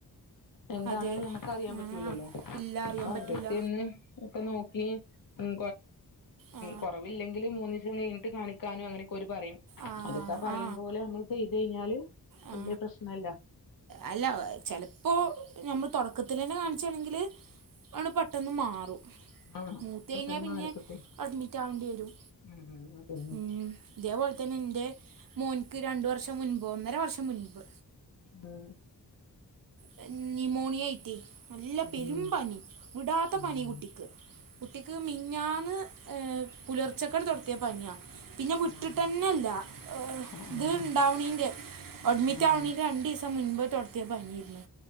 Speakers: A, on the left (about 60°); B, on the right (about 60°).
A: എന്താണെന്ന്
B: അതെ
A: ഞമ്മക്ക് അറിയാൻ
B: ആ
A: പറ്റൂലല്ലോ
B: ഇല്ല അറിയാൻ
A: അപ്പൊ
B: പറ്റില്ല
A: അവിടത്തെന്ന് ഒക്കെ നോക്കി മ്
B: ആ
A: കൊറവില്ലെങ്കിൽ മൂന്നു ദിവസം കഴിഞ്ഞിട്ട് കാണി ക്കാനും അങ്ങനെയൊക്കെ ഒരു പറയും
B: ആ
A: അതൊക്കെ പറയും
B: ആ
A: പോലെ നമ്മള് ചെയ്ത് കഴിഞ്ഞാല്
B: ആ
A: വല്യ പ്രശ്നല്ല
B: അല്ല ചെലപ്പോ നമ്മ തുടക്കത്തി തന്നെ കാണിച്ചാണെങ്കില് ആണ് പെട്ടെന്ന് മാറും
A: ആഹ്
B: മൂത്തയിഞ്ഞാ
A: പെട്ടെന്ന്
B: പിന്നെ
A: മാറിക്കിട്ടും
B: അഡ്മിറ്റ് ആവേണ്ടി വരും
A: ഉം ഉം അതന്നെ
B: ഉം ഇതേപോലെ തന്നെ ഇന്റെ മോൻക്ക് രണ്ടു വർഷം മുൻപ് ഒന്നര വർഷം മുൻപ്
A: ഉം
B: ത ന്യൂമോണിയയിറ്റ് നല്ല
A: അതെ
B: പെരും പനി വിടാത്ത
A: ആഹ്
B: പനി കുട്ടിക്ക് കുട്ടിക്ക് മിഞ്ഞാന്ന് പുലർച്ചക്കണ്ട് തൊട്ത്തിയ പനിയാ പിന്നെ വിട്ട്ട്ടന്നെല്ല
A: ആഹ് ആഹ് ആഹ്
B: ഇത്
A: ആഹ്
B: ഇണ്ടാവ്ണീന്റെ അഡ്മിറ്റ്
A: ഉം
B: ആവ്ന്നീന്റെ രണ്ടീസം മുൻപ് തൊട്ത്തിയ പനിയേര്ന്നു.